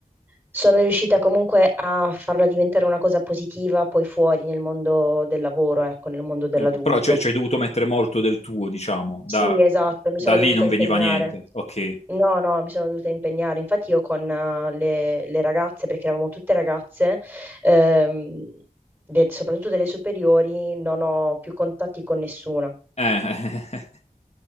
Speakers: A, on the right (about 15°); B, on the left (about 45°).
A: sono riuscita comunque a farla diventare una cosa positiva poi fuori nel mondo del lavoro, ecco, nel mondo dell'adulto.
B: Ok. Però cioè, ci hai dovuto mettere molto del tuo, diciamo,
A: Sì,
B: da,
A: esatto, mi
B: da
A: sono
B: lì
A: dovuta
B: non
A: impegnare.
B: veniva niente. Ok. Eh.
A: No, no, mi sono dovuta impegnare. Infatti io con eh, le, le ragazze, perché eravamo tutte ragazze, ehm, de- soprattutto delle superiori, non ho più contatti con nessuna.
B: <laughs>